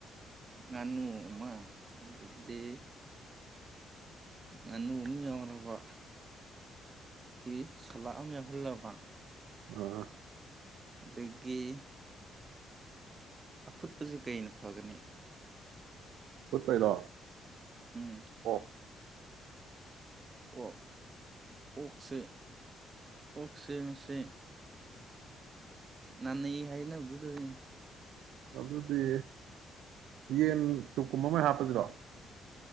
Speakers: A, on the right; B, on the right.
A: ꯉꯥꯅꯨꯃ ꯑꯗꯨꯗꯤ ꯉꯟꯅꯨ ꯎꯃꯤ ꯌꯥꯎ꯭ꯔꯔꯕ ꯀꯤ ꯁꯂꯥ ꯑꯃ ꯌꯥꯎꯍꯜꯂꯕ
B: ꯑꯥ
A: ꯗꯒꯤ ꯑꯐꯨꯠꯄꯁꯤ ꯀꯩꯅ ꯐꯒꯅꯤ
B: ꯠꯔꯣ
A: ꯎꯝ
B: ꯑꯣ
A: ꯑꯣ ꯑꯣꯛꯁꯦ ꯑꯣꯛꯁꯦ ꯁ ꯅꯥꯅꯩ ꯍꯥꯏꯅꯕꯗꯨꯗꯅꯤ
B: ꯑꯗꯨꯗꯤ ꯌꯦꯟ ꯆꯨꯞꯀꯨꯝꯕ ꯑꯃ ꯍꯥꯞꯄꯁꯤꯔꯣ